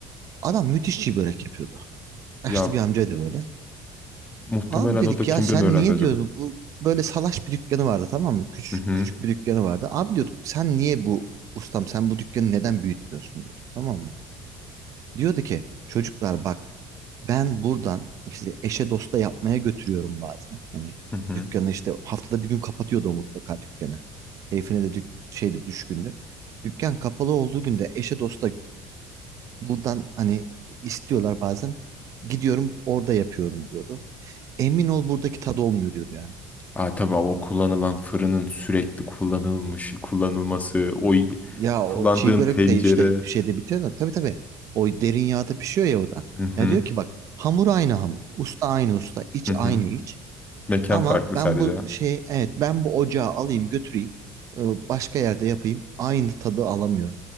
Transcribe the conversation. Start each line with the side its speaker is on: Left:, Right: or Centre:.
Right: Adam müthiş çiğ börek yapıyordu. Yaşlı
Left: Ya
Right: bir amcaydı böyle.
Left: muhtemelen
Right: Abi dedik
Left: o da kimden
Right: ya sen
Left: öğrendi
Right: niye
Left: acaba?
Right: diyordu bu böyle salaş bir dükkanı vardı tamam mı? Küçük
Left: Hı hı.
Right: küçük bir dükkanı vardı. Abi diyorduk sen niye bu ustam sen bu dükkanı neden büyütmüyorsun diyorduk tamam mı? Diyordu ki çocuklar bak ben buradan işte eşe dosta yapmaya götürüyorum bazen. Hani
Left: Hı hı.
Right: dükkanı işte haftada bir gün kapatıyordu o mutlaka dükkanı. Keyfine de dük şeydi düşkündü. Dükkan kapalı olduğu günde eşe dosta buradan hani istiyorlar bazen. Gidiyorum orada yapıyorum diyordu. Emin ol buradaki tadı olmuyor diyordu yani.
Left: Aa, tabii o kullanılan fırının sürekli kullanılmış kullanılması, o y-
Right: Ya
Left: kullandığın
Right: o çiğ börek
Left: tencere.
Right: de işte şeyde bitiyor da tabii tabii o derin yağda pişiyor ya o da.
Left: Hı hı,
Right: Ya diyor ki bak hamur aynı hamur, usta aynı usta, iç
Left: hı hı.
Right: aynı iç.
Left: Mekan
Right: Ama
Left: farklı
Right: ben
Left: sadece.
Right: bu şey evet ben bu ocağı alayım götüreyim e, başka yerde yapayım aynı tadı alamıyor